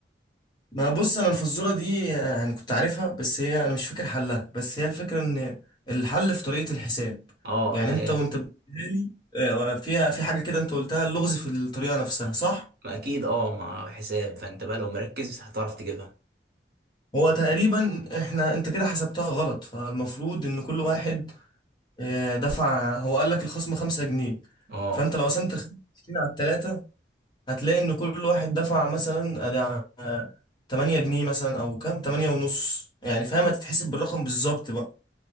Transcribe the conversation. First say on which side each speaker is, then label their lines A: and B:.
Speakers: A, on the left (about 25°); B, on the right (about 55°).
A: ما بص انا الفزوره دي يعني كنت عارفها بس هي انا مش فاكر حلها بس هي الفكره ان الحل في طريقه الحساب
B: اه
A: يعني
B: ما
A: انت
B: هي
A: وانت بتقولها لي آه، فيها في حاجه كده انت قلتها اللغز في الطريقه نفسها صح
B: ما اكيد اه ما حساب فانت بقى لو مركز هتعرف تجيبها
A: هو تقريبا احنا انت كده حسبتها غلط فالمفروض ان كل واحد آه، دفع هو قال لك الخصم خمسة جنيه
B: اه
A: فانت لو قسمت الخمسة جنيه على التلاتة هتلاقي ان كل واحد دفع مثلا آه، ده، آه، تمانية جنيه مثلا او كام تمانية ونص يعني فاهم هتتحسب بالرقم بالظبط بقى